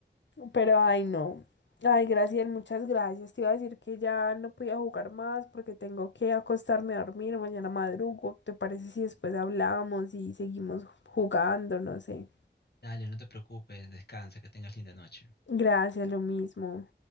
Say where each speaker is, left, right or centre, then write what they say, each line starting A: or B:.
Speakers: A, on the left (about 85°); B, on the left (about 65°).
A: Pero ay, no. Ay, gracias, muchas gracias. Te iba a decir que ya no podía jugar más porque tengo que acostarme a dormir, mañana madrugo. ¿Te parece si después hablamos y seguimos jugando? No sé.
B: Dale, no te preocupes, descansa, que tengas linda noche.
A: Gracias, lo mismo.